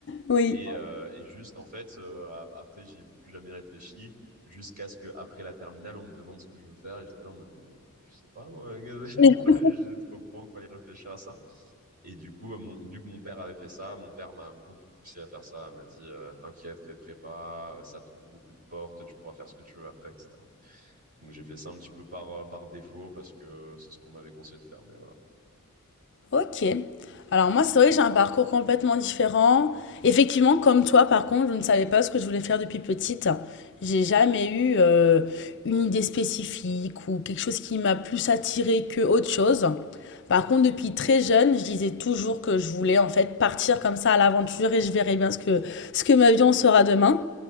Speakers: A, on the left (about 55°); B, on the right (about 40°).
A: Oui.
B: Et, euh, et juste, en fait, euh, après, j'ai plus jamais réfléchi jusqu'à ce qu'après la terminale, on me demande ce que je veux faire. Et j'étais là en mode, bah, je sais pas, moi. <laughs> j'étais
A: <laughs>
B: pas, j'étais pas au courant qu'il fallait réfléchir à ça. Et du coup, euh, mon, vu que mon père avait fait ça, mon père m'a beaucoup poussé à faire ça. Il m'a dit, euh, t'inquiète, fais prépa, euh, ça t'ouvre beaucoup de portes, tu pourras faire ce que tu veux après, etc. Donc j'ai fait ça un petit peu par, euh, par défaut parce que c'est ce qu'on m'avait conseillé de faire. Mais voilà.
A: Ok. Alors moi, c'est vrai que j'ai un parcours complètement différent. Effectivement, comme toi, par contre, je ne savais pas ce que je voulais faire depuis petite. J'ai jamais eu euh, une idée spécifique ou quelque chose qui m'a plus attirée que autre chose. Par contre, depuis très jeune, je disais toujours que je voulais en fait partir comme ça à l'aventure et je verrai bien ce que ce que ma vie en sera demain.